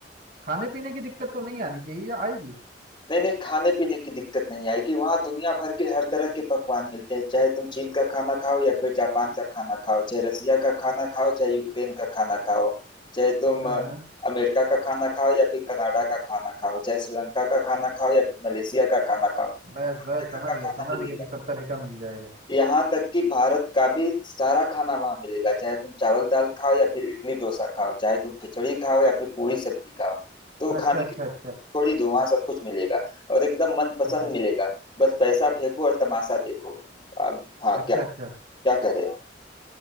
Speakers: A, on the right; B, on the left.
A: खाने पीने की दिक्कत तो नहीं आनी चाहिए या आएगी
B: नहीं नहीं खाने पीने की दिक्कत नहीं आएगी वहाँ दुनिया भर के हर तरह के पकवान मिलते हैं चाहे तुम चीन का खाना खाओ या फिर जापान का खाना खाओ चाहे रसिया का खाना खाओ चाहे यूक्रेन का खाना खाओ चाहे तुम
A: हाँ
B: अ,
A: हाँ
B: अमेरिका का खाना खाओ या फिर कनाडा का खाना खाओ चाहे श्रीलंका का खाना खाओ या फिर मलेशिया का खाना खाओ
A: बस
B: हर
A: बस
B: जगह
A: समझ
B: का
A: गया
B: खाना
A: समझ
B: मिलेगा
A: गया कि सब तरह का मिल जाएगा
B: यहाँ तक कि भारत का भी सारा खाना वहां मिलेगा चाहे तुम चावल दाल खाओ या फिर इडली डोसा खाओ चाहे तुम खिचड़ी खाओ या फिर पूरी सब्जी खाओ तो
A: अच्छा
B: खाने
A: अच्छा
B: की
A: अच्छा
B: थोड़ी दो वहां सब कुछ मिलेगा और एकदम मनपसंद
A: अच्छा
B: मिलेगा बस पैसा फेंको और तमाशा देखो अब हाँ
A: अच्छा
B: क्या
A: अच्छा
B: क्या कर रहे हो